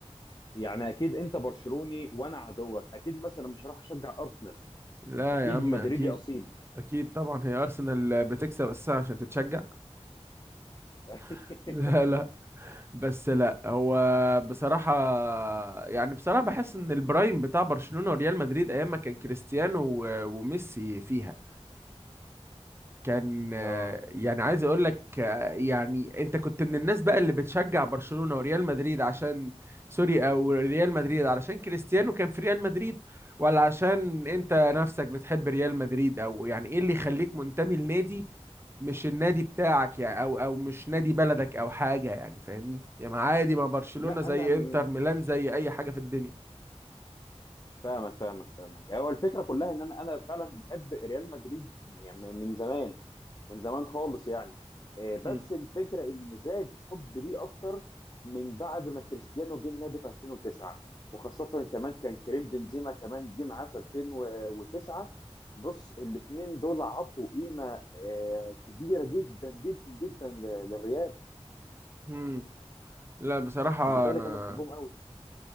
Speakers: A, on the left; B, on the right.
A: يعني اكيد انت برشلوني وانا عدوك اكيد مثلا مش هروح اشجع ارسنال
B: لا
A: اكيد
B: يا عم
A: مدريدي
B: اكيد
A: اصيل
B: اكيد طبعا هي ارسنال بتكسب اساسا عشان تتشجع
A: <laughs>
B: <laughs> لا لا بس لا هو بصراحة يعني بصراحة بحس ان البرايم بتاع برشلونة وريال مدريد ايام ما كان كريستيانو و- وميسي فيها كان آه،
A: اه
B: يعني عايز اقول لك آه، يعني انت كنت من الناس بقى اللي بتشجع برشلونة وريال مدريد عشان سوري او ريال مدريد علشان كريستيانو كان في ريال مدريد ولا عشان انت نفسك بتحب ريال مدريد او يعني ايه اللي يخليك منتمي لنادي مش النادي بتاعك يعني او او مش نادي بلدك او حاجة يعني فاهمني يعني عادي ما برشلونة
A: لا
B: زي
A: انا من-
B: انتر ميلان زي اي حاجة في الدنيا
A: فاهمك فاهمك فاهمك هو الفكره كلها ان انا انا فعلا بحب ريال مدريد يعني من زمان من زمان خالص يعني آه، بس
B: امم
A: الفكره ان زاد حب ليه اكتر من بعد ما كريستيانو جه النادي في 2009 وخاصه كمان كان كريم بنزيما كمان جه معاه في 2009 بص الاثنين دول عطوا قيمه آه، كبيره جدا جدا جدا ل- للريال
B: امم لا بصراحة
A: لذلك
B: انا
A: انا بحبهم قوي